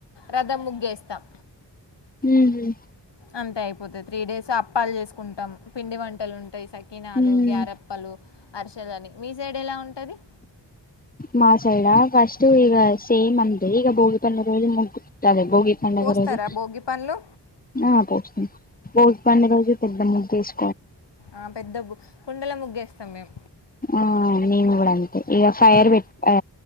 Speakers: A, on the left; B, on the left.
A: రథం ముగ్గేస్తాం.
B: ఉమ్
A: అంత అయిపోతది. త్రీ డేస్ అప్పాల్ చేసుకుంటం పిండి వంటలుం టయి సకినాలు,
B: ఉమ్
A: గ్యారెప్పలు, అరిసెలని మీ సైడ్ ఎలా ఉంటది?
B: మా సైడా ఫస్టు ఇగ సేమ్ అంతే ఇగ భోగి పండ్ల రోజు మొక్కు <inaudible> భోగి పండగ
A: పోస్తారా
B: రోజు
A: భోగి పండ్లు
B: ఆ పోస్త భోగి పండగ రోజు పెద్ద ముగ్గేస్
A: ఆ పెద్ద బు కుండల ముగ్గేస్తాం మేం
B: ఆ నేన్ గుడా అంతే ఇగ ఫైయర్
A: ఉమ్
B: బెట్ ఆ